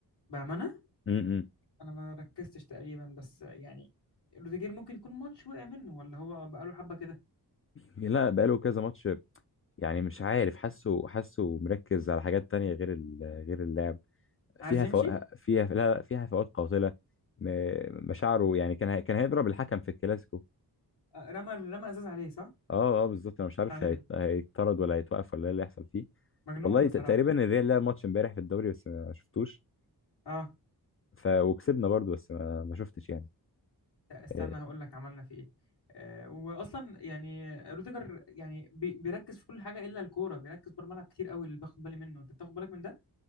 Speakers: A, on the left; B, on the left.
A: بأمانة
B: م-م.
A: أنا ما ركزتش تقريبا بس يعني روديجير ممكن يكون ماتش وقع منه ولا هو بقاله حبة كده
B: لا بقاله كذا ماتش يعني مش عارف حاسه حاسه مركز على حاجات تانية غير ال- غير اللعب
A: عايز
B: فيها
A: يمشي
B: فو... فيها لا لا، فيها فوات قاتلة م- مشاعره يعني كان هي- كان هيضرب الحكم في الكلاسيكو
A: آه، رمى رمى إزاز عليه صح؟
B: اه اه بالظبط انا مش عارف
A: أيوه
B: هيت- هيطرد ولا هيتوقف ولا ايه اللي هيحصل فيه
A: مجنون
B: والله
A: بصراحة
B: ت- تقريبا الريال لعب ماتش امبارح في الدوري بس ما شفتوش
A: اه
B: ف وكسبنا برضو بس ما, ما شفتش يعني
A: لا، استنى
B: اه
A: هقول لك عملنا في ايه آه، واصلا يعني روديجر يعني بي- بيركز في كل حاجه الا الكوره بيركز بره الملعب كتير قوي اللي باخد بالي منه انت بتاخد بالك من ده